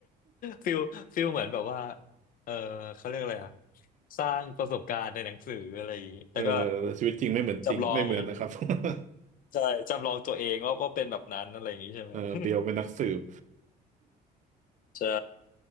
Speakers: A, on the left; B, on the right.
A: <laughs> ฟิลฟิลเหมือนแบบว่าเออเขาเรียกอะไรอะสร้างประสบการณ์ในหนังสืออะไรอย่างนี้แล้วก็
B: เออชีวิตจริงไม่เหมือนจริงไม่เหมือนนะครับ
A: จำลอง
B: <laughs>
A: ใช่จำลองตัวเองว่าว่าเป็นแบบนั้นอะไรอย่างนี้ใช่ไหมครับ
B: เออเบลเป็นนักสืบ
A: <laughs> ใช่